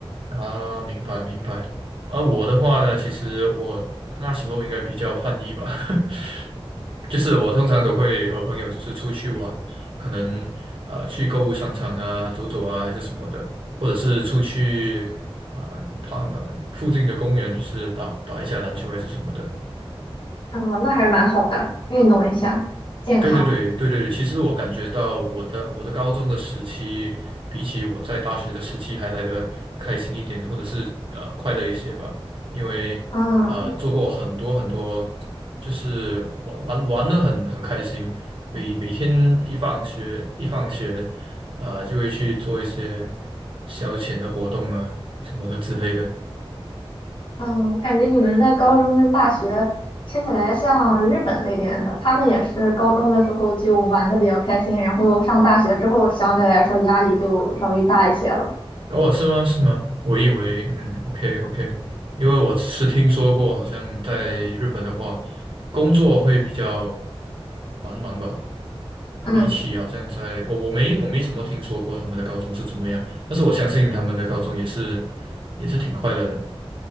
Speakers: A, on the right (about 60°); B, on the left (about 55°).
A: 啊，明白明白。啊，我的话呢，其实我那时候应该比较叛逆吧，<laughs> 就是我通常都会和朋友就是出去玩，可能啊、呃去购物商场啊走走啊还是什么的，或者是出去啊、旁旁附近的公园就是打打一下篮球还是什么的。
B: 嗯、那还是蛮好的，运动一下，健康。
A: 对对对对对，其实我感觉到我的我的高中的时期，比起我在大学的时期还来的开心一点，或者是呃快乐一些吧。因为呃做过很多很多，
B: 嗯。
A: 就是玩玩玩的很很开心，每每天一放学一放学，啊就会去做一些消遣的活动啊什么的之类的。
B: 嗯，我感觉你们的高中跟大学听起来像日本那边的，他们也是高中的时候就玩的比较开心，然后上大学之后相对来说压力就稍微大一些了。
A: 哦，是吗？是吗？我以为，嗯，OK OK，因为我只是听说过，好像在日本的话，工作会比较繁忙吧，
B: 嗯
A: 比起好像在我我没我没怎么听说过他们的高中是怎么样，但是我相信他们的高中也是也是挺快乐的。